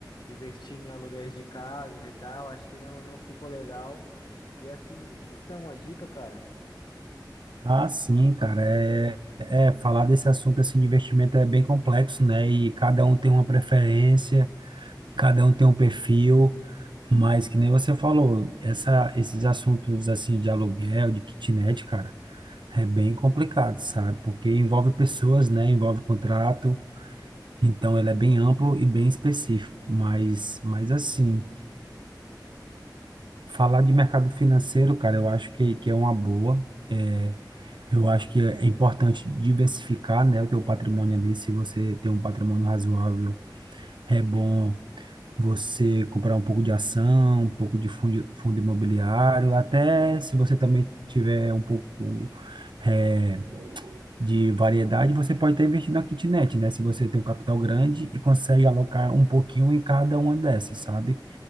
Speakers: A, on the left; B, on the right.
A: de investir em aluguéis de casas e tal. Acho que não não ficou legal. E assim, você tem alguma dica, cara?
B: Ah, sim, cara. É, é falar desse assunto assim de investimento é bem complexo, né? E cada um tem uma preferência, cada um tem um perfil, mas que nem você falou, essa, esses assuntos assim de aluguel, de kitnet, cara, é bem complicado, sabe? Porque envolve pessoas, né? Envolve contrato. Então ele é bem amplo e bem específico, mas, mas assim. Falar de mercado financeiro, cara, eu acho que, que é uma boa. É, eu acho que é importante diversificar, né, o teu patrimônio ali. Se você tem um patrimônio razoável, é bom você comprar um pouco de ação, um pouco de fundo, fundo imobiliário, até se você também tiver um pouco é, de variedade, você pode estar investindo na kitnet, né? Se você tem um capital grande e consegue alocar um pouquinho em cada uma dessas, sabe?